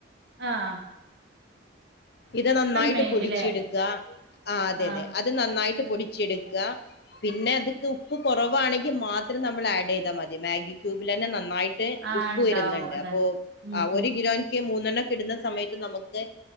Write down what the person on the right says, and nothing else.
ആഹ
മെയിന്ല്ലേ
ആഹ്
ആഹ്
ഉണ്ടാവും
അതന്നെ
ഉം
ഉം